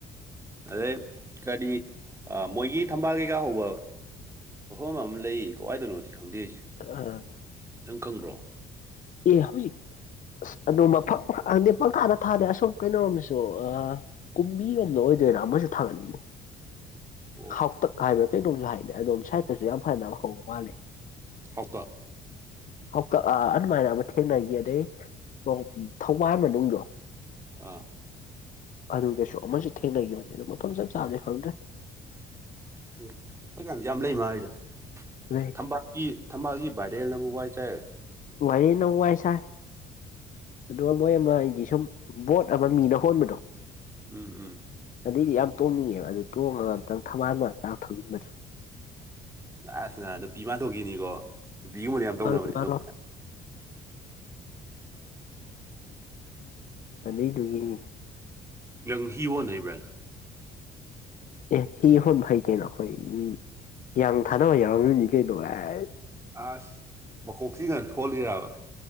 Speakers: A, on the right (about 15°); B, on the left (about 50°).
A: ꯑꯗꯩ ꯀꯗꯤ ꯃꯣꯏꯒꯤ ꯊꯝꯕꯥꯜ ꯀꯩꯀꯥ ꯍꯧꯕ ꯃꯐꯝ ꯑꯃ ꯂꯩꯌꯦ ꯀꯋꯥꯏꯗꯧꯅꯣꯗꯤ ꯈꯪꯗꯦꯔꯤꯁꯦ
B: ꯑꯥ
A: ꯅꯪ ꯈꯪꯕ꯭ꯔꯣ꯫
B: ꯑꯦ ꯍꯧꯖꯤꯛ ꯑꯁ ꯑꯗꯨ ꯃꯐ ꯈꯪꯗꯦ ꯄꯪꯈꯥꯗ ꯊꯥꯗ ꯑꯁꯣꯝ ꯀꯩꯅꯣꯔꯣꯝꯗꯁꯨ꯫ ꯀꯨꯝꯕꯤꯔꯣꯝꯗ ꯑꯣꯏꯗꯣꯏꯔꯥ ꯑꯃꯁꯨ ꯊꯥꯒꯠꯂꯤꯅꯦ꯫
A: ꯑꯣ
B: ꯍꯥꯎꯇꯛ ꯍꯥꯏꯕ꯭ꯔꯥ ꯀꯩꯅꯣꯝꯁꯨ ꯍꯥꯏꯅꯦ ꯑꯗꯣꯝ ꯁꯥꯏꯗꯇꯁꯨ ꯌꯥꯝ ꯐꯅꯕ ꯍꯧꯕ ꯃꯥꯜꯂꯦ꯫
A: ꯍꯥꯎꯇꯛ꯫
B: ꯍꯥꯎꯇꯛ ꯑ ꯑꯗꯨꯅꯃꯥꯏꯅ ꯑꯃ ꯊꯦꯡꯅꯈꯤ ꯑꯗꯩ꯫ ꯁꯣꯝ ꯊꯧꯕꯥꯟ ꯃꯅꯨꯡꯗꯣ꯫
A: ꯑꯥ꯫
B: ꯑꯗꯨꯗꯁꯨ ꯑꯃꯁꯨ ꯊꯦꯡꯅꯈꯤꯕꯅꯦ ꯑꯗꯨ ꯃꯐꯝ ꯆꯞ ꯆꯥꯕꯗꯤ ꯈꯪꯗ꯭ꯔꯦ꯫
A: ꯍꯧꯖꯤꯛꯀꯥꯟꯖꯤ ꯌꯥꯝ ꯂꯩ ꯃꯥꯜꯂꯤꯗ꯫
B: ꯂꯩ꯫
A: ꯊꯝꯄꯥꯛꯀꯤ ꯊꯝꯄꯥꯛꯜꯀꯤ ꯚꯥꯏꯔꯦꯜꯅꯕꯨ ꯋꯥꯏ ꯆꯥꯏ
B: ꯋꯥꯏ ꯅꯧꯕꯁꯥ ꯑꯗꯨꯒ ꯃꯣꯏ ꯑꯃ ꯑꯩꯒꯤ ꯁꯨꯝ ꯕꯣꯠ ꯑꯃ ꯃꯤꯅ ꯍꯣꯟꯕꯗꯣ
A: ꯎꯝ ꯎꯝ
B: ꯑꯗꯨꯗꯏꯗꯤ ꯌꯥꯝ ꯇꯣꯡꯅꯤꯡꯉꯦꯕ ꯑꯗꯨ ꯇꯣꯡꯉꯒ ꯑꯝꯇꯪ ꯊꯝꯃꯜꯅ ꯇꯥꯛ ꯊꯟꯕꯗꯣ
A: ꯑꯁꯅ ꯅꯨꯄꯤ ꯃꯥ ꯇꯧꯈꯤꯅꯤꯀꯣ ꯅꯨꯄꯤꯒꯨꯝꯕꯅ ꯌꯥꯝ ꯇꯧꯅꯕꯅꯦ
B: ꯃꯥꯜꯂꯣꯏ ꯃꯥꯜꯂꯣꯏ
A: ꯑꯝ
B: ꯑꯗꯨꯩꯗꯨꯒꯤꯔꯤ
A: ꯅꯪ ꯍꯤ ꯑꯣꯣꯟ ꯅꯕ꯭ꯔꯥꯗ
B: ꯑꯦ ꯍꯤ ꯍꯣꯟꯕ ꯍꯩꯇꯩꯅꯣ ꯑꯩꯈꯣꯏ ꯍꯤꯌꯥꯡ ꯊꯥꯅꯕ ꯌꯥꯎꯔꯅꯤ ꯀꯩꯅꯣ ꯑꯦ
A: ꯑꯁ ꯃꯈꯣꯛꯁꯤꯒ ꯁꯣꯍꯜꯂꯤ ꯍꯥꯏꯕ